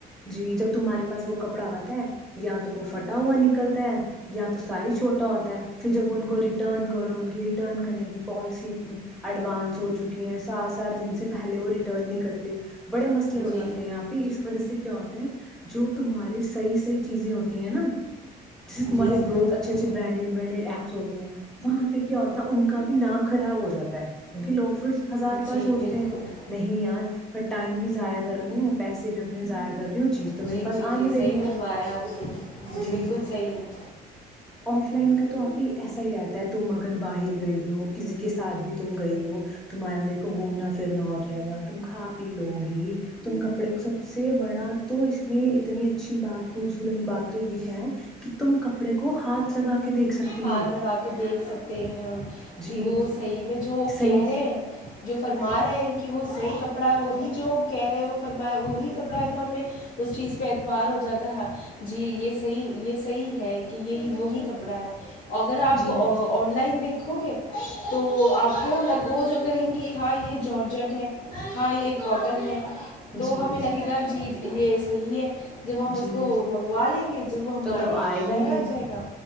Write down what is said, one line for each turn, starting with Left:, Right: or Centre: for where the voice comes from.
Centre: جی جب تمہارے پاس وہ کپڑا آتا ہے یا تو وہ فٹا ہوا نکلتا ہے یا تو سائز چھوٹ ہوتا ہے پھر جب ان کو ریٹرن کرو ان کی ریٹرن کرنے کی پالیسی اتنی ایڈوانس ہو چکی ہے سات سات دن سے پہلے وہ ریٹرن نہیں کرتے بڑے مسئے
Left: جی
Centre: ہو جاتے ہیں آپ ہی اس وجہ سے ہوتا ہیں جو تمہارے سے صحی چیزیں ہوتی ہیں نا جسے تمہارے
Left: جی جی
Centre: بروتھ
Left: جی
Centre: اچھے اچھےرانڈیڈ برانڈڈ ایپس ہوتے ہیں وہاں پہ کیا ہوتے ان کا بھی نام خراب ہو جاتا ہے کیونکہ لوگ پھر ہزار بار
Left: جی
Centre: سوچتے
Left: بالکل
Centre: ہیں نہیں ار ب ٹائم بھی ضائع کر رہی ہوں پیسے بھی اپنے ضائع کر رہی ہوں چیز تو
Left: جی
Centre: میرے پاس
Left: جی
Centre: آ
Left: جی
Centre: نہیں رہی
Left: صحیح
Centre: ہے
Left: فرمایا آپ نے
Centre: جی
Left: بالکل
Centre: جی
Left: صحیح
Centre: آف لائن کا تو آپ ہی ایسا ہی رہتا ہے ت مگن باہر گئی ہو کسی کے ساتھ بھی تم گئی ہو تمہارا دیکھو گھومناھر پنا ہو جائے گا تم کھا پی لو گی تم کپڑے کو سب سے بڑا تو اس میں اتنی اچھی بات خوبصورت بات تو یہ ہے کہ تم کپڑے کو ہاتھ لگا کے دیکھ سکتی
Left: ہاتھ
Centre: ہو
Left: لگا کے دیکھ سکتے ہیں ہم کہ
Centre: جی
Left: وہ صحیح میں جو
Centre: صحیح
Left: کہہ رہے ہیں جو فرما رہے ہیں کہ کہ وہ صحیح کپڑا ہے وہی جو کہہ رہے ہیں وہ فرمایا وہی کپڑا ہے تو ہمیں اس چیز پہ اعتبار ہو جاتا تھا جی یہ صحیح یہ صحیح ہے کہ یہی وہی کپڑا ہے اگر آپ
Centre: جی
Left: آن لائن دیکھ و گے تو آپ کوگ وہ جو کہیں گے ہاں یہ جارجٹ ہے ہاں یہ کاٹن ہے
Centre: جی
Left: تو ہمیں لگے گا جی یہ صحیح ہے جب ہم اس
Centre: جی
Left: کو منگوا لیں گے جب وہ ہمارے
Centre: تو تب آئے
Left: گھر
Centre: گا ہی نہیں
Left: آ جائے گا